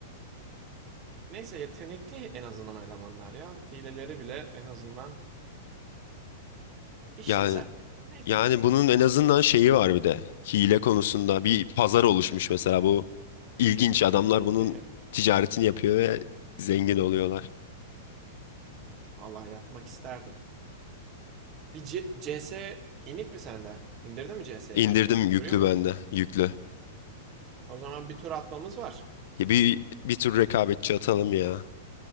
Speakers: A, on the right; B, on the left.
A: Neyse yetenekli en azından elemanlar ya. Hileleri bile en azından işlevsel.
B: Yani
A: Neyse.
B: Yani bunun en azından şeyi var bir de. Hile konusunda bir pazar oluşmuş mesela bu ilginç. Adamlar bunun
A: <laughs>
B: ticaretini yapıyor ve zengin oluyorlar.
A: Vallahi yapmak isterdim. Bir C- CS inik mi sende? İndirdin mi C CS'yi?
B: İndirdim yüklü
A: Duruyor mu?
B: bende, yüklü.
A: O zaman bir tur atmamız var.
B: Ya bir bir tür rekabetçi atalım ya.